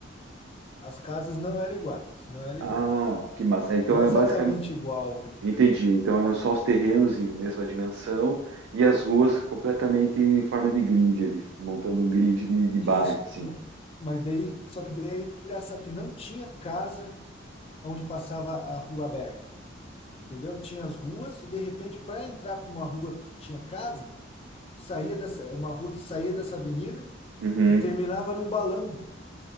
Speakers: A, on the left; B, on the right.
A: As casas não eram iguais, não eram
B: Ah,
A: iguais.
B: que massa. Então
A: Não é
B: é
A: exatamente
B: basicamente.
A: igual, né?
B: Entendi. Então eram só os terrenos em mesma dimensão e as ruas completamente em forma de grid ali, montando um grid de, de bairro,
A: Isso,
B: assim.
A: mo- mas daí, só que daí é engraçado que não tinha casa onde passava a rua aberta, entendeu? Tinha as ruas e de repente para entrar para uma rua que tinha casa, saía dessa uma rua que saía dessa avenida
B: Uhum.
A: e terminava num balão,